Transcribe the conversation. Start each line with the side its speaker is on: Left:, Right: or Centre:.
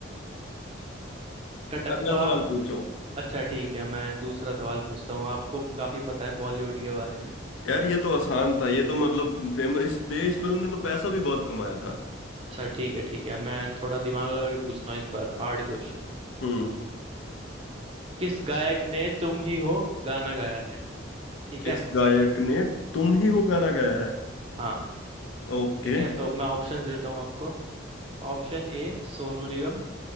Right: कटप्पा
Left: अगला सवाल पूछो
Right: अच्छा ठीक है मैं दूसरा सवाल पूछता हूँ आपको काफी पता है बॉलीवुड के बारे में
Left: यार ये तो आसान था ये तो मतलब फेमस इस, इस फिल्म ने तो पैसा भी बहुत कमाया था
Right: अच्छा ठीक है ठीक है मैं थोड़ा दिमाग लगा के पूछता हूँ इस बार हार्ड क्वेश्चन
Left: हम्म
Right: किस गायक ने तुम ही हो गाना गाया है ठीक
Left: किस
Right: है
Left: गायक ने तुम ही हो गाना गाया है
Right: हाँ
Left: ओके
Right: ठीक है तो मैं ऑप्शंस देता हूँ आपको Option A Sonu Nigam